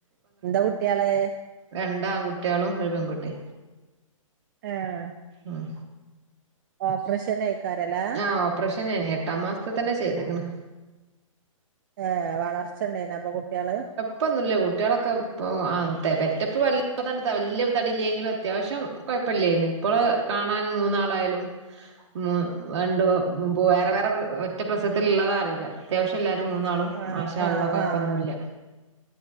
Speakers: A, on the right (about 40°); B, on the right (about 55°).
A: എന്താ കുട്ടിയേള്
B: രണ്ടാൺകുട്ടിയാളും ഒരു പെൺകുട്ടി
A: ഏഹ്
B: ഉം
A: ഓപ്പറേഷനേക്കാരം ല്ലേ
B: ആഹ് ഓപ്പറേഷനേന്ന് എട്ടാം മാസത്ത് തന്നെ ചെയ്തേക്കണ്
A: ഏഹ് വളർച്ചണ്ടായിന അപ്പൊ കുട്ടികള്
B: കൊയപ്പൊന്നുമല്ല കുട്ടികളൊക്കെ ഇപ്പൊ പെറ്റപ്പ വല്ലാതാണ്ട് വലിയ തടില്ലെങ്കിലും അത്യാവശ്യം കുഴപ്പില്ലേന്ന്‌ ഇപ്പോള് കാണാനും മൂന്നാളായാലും മ് രണ്ട് വ്‌ പു വേറെ വേറെ ഒറ്റ പ്രസവത്തില് ഇള്ളതാ അറിയില്ല അത്യാവശ്യം എല്ലാരും മൂന്നാളും
A: ആഹ്
B: മാഷാ
A: ആഹ്
B: അല്ലാഹ് കൊഴപ്പൊന്നുല്ല്യ
A: ആഹ്